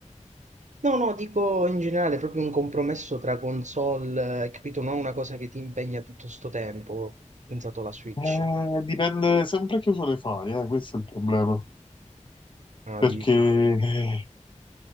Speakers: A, on the right; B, on the left.
A: No, no, dico in generale, proprio un compromesso tra console, eh, capito? Non una cosa che ti impegna tutto sto tempo. Ho pensato alla Switch.
B: Eh, dipende sempre che uso ne fai, eh, questo è il problema.
A: Ah,
B: Perché
A: dici.
B: eh,
A: E